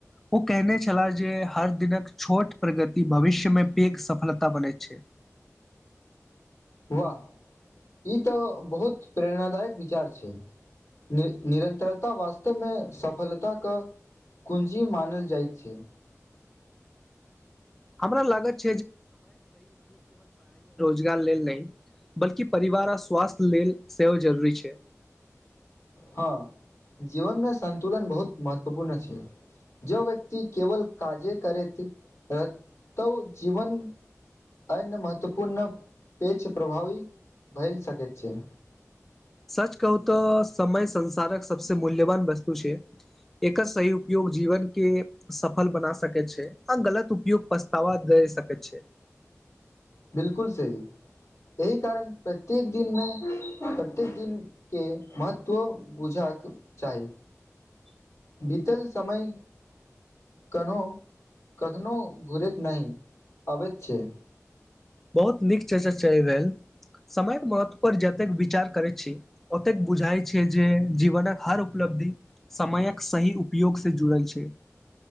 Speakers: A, in the centre; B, on the left.
A: ओ कहने छलाह जे हर दिनक छोट प्रगति भविष्यमे पैघ सफलता बनैत छै <inaudible>
B: वाह ई तऽ बहुत प्रेरणादायक विचार छै नि निरन्तरता वास्तवमे सफलताक कुंजी मानल जाइत छै
A: हमरा लागैत छै बल्कि परिवार आ स्वास्थ्य लेल सेहो जरूरी छै
B: हँ जीवनमे संन्तुलन बहुत महत्वपूर्ण छै जो व्यक्ति केवल काजे करैत रहत तऽ जीवन अन्य महत्वपूर्ण पेच प्रभावी भइल सकैत छै
A: सच कहू तऽ समय संसारक सबसँ मूल्यवान वस्तु छै एकर सही उपयोग जीवन के सफल बना सकय छै आ गलत उपयोग पछतावा दय सकैत छै <inaudible>
B: बिलकुल सही यहि कारण प्रत्येक दिनमे प्रत्येक दिन के महत्व बुझा तक चाही
A: <inaudible>
B: बीतल समय कनो कखनहु घुरैत नहि अबैत छै
A: बहुत नीक चर्चा चलि गेल समयके महत्व पर जतेक विचार करैत छी ओतेक बुझाइ छियै जे जीवनक हर उपलब्धि धि समयक सही उपयोग से जुड़ल छै